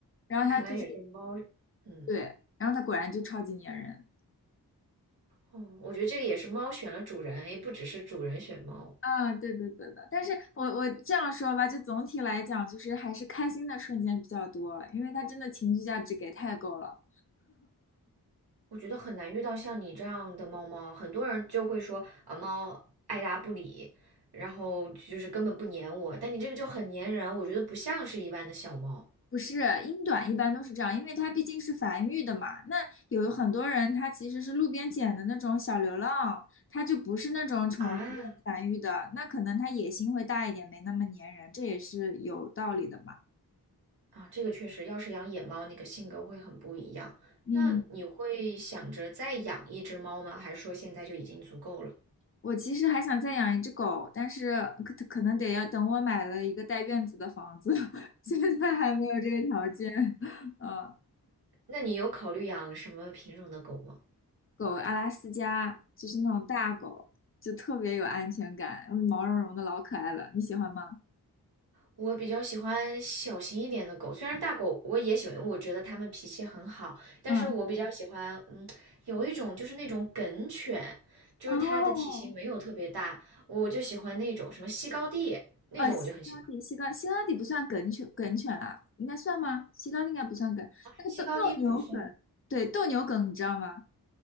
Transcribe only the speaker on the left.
然后它就是
对，然后它果然就超级粘人。
啊，对对对的，但是我我这样说吧，就总体来讲，就是还是开心的瞬间比较多，因为它真的情绪价值给太够了。
不是，英短一般都是这样，因为它毕竟是繁育的嘛。那有很多人他其实是路边捡的那种小流浪，它就不是那种宠物店繁育的，
那可能它野心会大一点，没那么粘人，这也是有道理的嘛。
嗯，
我其实还想再养一只狗，但是可可能得要等我买了一个带院子的房子，<laughs> 现在还没有这个条件。<laughs> 嗯。
狗阿拉斯加，就是那种大狗，就特别有安全感，嗯毛茸茸的，老可爱了。你喜欢吗？
嗯，
哦，
啊，西高地，
西高西高地不算梗犬，梗犬啊，应该算吗？西高地应该不算梗，那个斗斗牛梗，
对，斗牛梗，你知道吗？